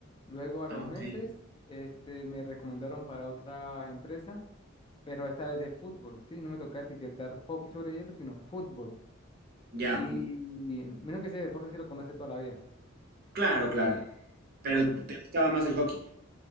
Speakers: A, on the left; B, on the right.
A: Luego a los
B: Ah,
A: meses,
B: ok.
A: este, me recomendaron para otra empresa pero esta vez de fútbol, sí, no me toca etiquetar hockey sobre hielo, sino fútbol.
B: Ya,
A: Y menos que ese deporte se lo conoce toda la vida.
B: claro, claro. Pero
A: Bueno,
B: te gustaba más el hockey.